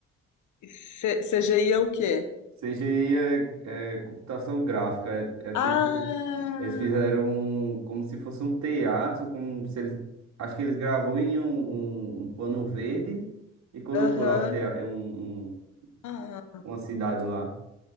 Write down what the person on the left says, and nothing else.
E C- CGI é o quê?
Ah,
aham.
Ah,